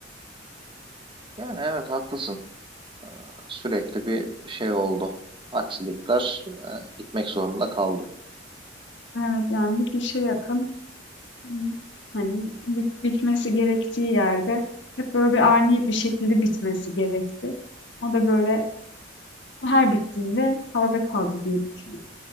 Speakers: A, on the right; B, on the left.
A: Yani evet haklısın. Sürekli bir şey oldu. Aksilikler e, gitmek zorunda kaldı.
B: Evet yani bir kişi yakın hı, hani bit- bitmesi gerektiği yerde hep böyle bir ani bir şekilde bitmesi gerekti. O da böyle her bittiğinde havada kaldı diye düşünüyorum.